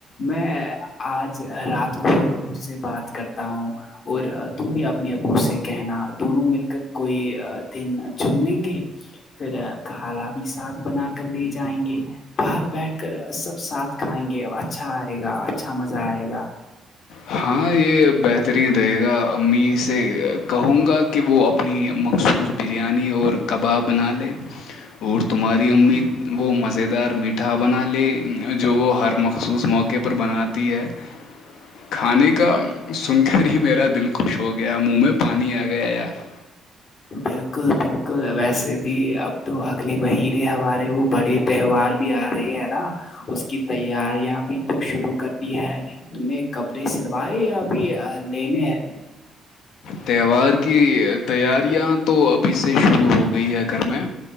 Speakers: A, on the left; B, on the left.
A: میں آج رات کو ہی اب سے بات کرتا ہوں اور تم بھی اپنے ابو سے کہنا دونوں مل کر کوئی دن چن لیں گے پھر کھالا بھی ساتھ بنا کر لے جائیں گے باہر بیٹھ کر سب ساتھ کھائیں گے اچھا آئے گا اچھا مزہ آئے گا
B: ہاں یہ بہترین رہے گا امی سے کہوں گا کہ وہ اپنی مخصوص بریانی اور کباب بنا لیں اور تمہاری امی وہ مزیدار میٹھا بنا لے جو وہ ہر مخصوص موقع کے پر بناتی ہے کھانے کا سن کر ہی میرا دل خوش ہو گیا منہ میں پانی آ گیا یار <inaudible>
A: بالکل بالکل ویسے بھی اب تو اگل مہیر ہمارے وہ بڑے تہوار بھی آ رہے ہے نا اس کی تیاریاں بھی تو شروع کر دی ہے تم نے کپڑے سلوائے یا بھی لینے ہیں
B: تہوار کی تیاریاں تو ابھی سے شروع ہو گئی ہے گھر میں